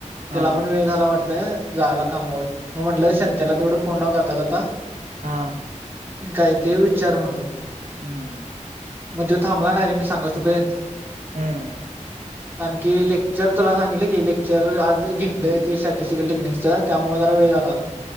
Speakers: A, on the right; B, on the right.
A: त्याला
B: हा
A: पण वेळ झाला वाटऽ अंऽऽऽझाला कामावर. मग म्हटलं संत्याला तेवढं, तोंडाव जाता जाताऽऽ
B: हाऽऽ
A: आणि काय ते विचार म्हणून,
B: <inaudible>
A: म तो थांबला नाही रे मी सांगाच तोपर्यंत.
B: हम्मऽऽ
A: कारण की लेक्चर तुला सांगितलं की लेक्चर आज घीटलं ते स्टॅटिस्टिकल टेक्निकचं त्यामुळं जरा वेळ झाला.